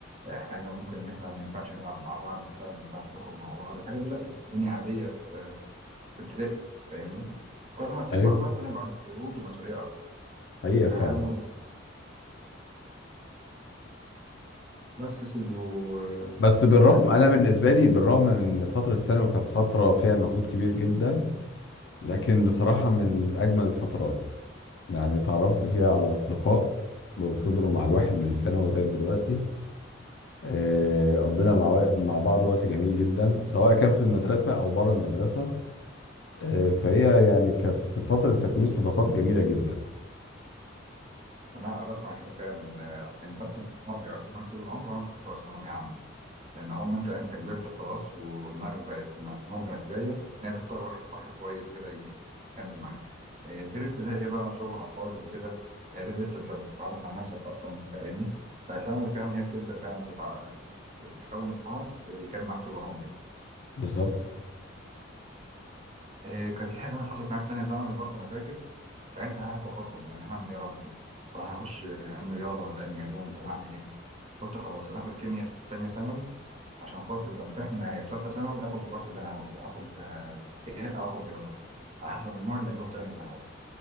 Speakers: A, on the right; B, on the left.
A: آه، حاجه ممكن ان احنا ما ينفعش نلعب مع بعض مثلا ما ينفعش نخرج مع بعض الحاجات دي لا كانت الدنيا عاديه في في ابتدائي فاهمني كل ما بتكبر
B: أيوه
A: بقى كل ما يبقى عليك قيود ومسؤوليه اكتر
B: حقيقة
A: في التعامل
B: فعلا
A: بس يا سيدي وافتكر
B: بس بالرغم
A: في
B: أنا
A: تانية-
B: بالنسبة لي بالرغم من فترة ثانوي كانت فترة فيها مجهود كبير جدا لكن بصراحة من أجمل الفترات يعني اتعرفت فيها على أصدقاء فضلوا مع الواحد من ثانوي لغاية دلوقتي آه، قضينا مع وق- مع بعض وقت جميل جدا سواء كان في المدرسة أو بره المدرسة آه، فهي يعني كانت فترة تكوين صداقات جميلة جدا
A: انا بسمع كده فعلا آه، يعني اكتر ما بيقعدوا معاك طول العمر هم بتوع ثانويه عامه لان هم انت انت كبرت خلاص ودماغك بقت ن- ناضجه كفايه ان هي تختار واحد صاحب كويس كده ي- يكمل معاك إيه، غير ابتدائي بقى شغل اطفال وكده اعدادي لسه انت بتتعرف على نفسك اصلا فاهمني فثانوي فعلا هي بتبدا فعلا تتع... ت- تكون اصحاب يكمل معاك طول العمر يعني
B: بالظبط
A: إيه، كان في حاجه كمان حصلت معايا في تانيه ثانوي برضه انا فاكر ساعتها قاعد بخطط بقى انا هعمل ايه يا ربي طب انا هخش علم رياضه ولا علم علوم طب اعمل ايه قلت خلاص انا هاخد كيمياء في تانيه ثانوي عشان خاطر يبقى متاح معايا في ثالثه ثانوي اخد الوقت اللي انا عاوزه بقى اخد آه، ايه او اخد رياضه على حسب المجموع اللي اجيبه في ثانيه ثانوي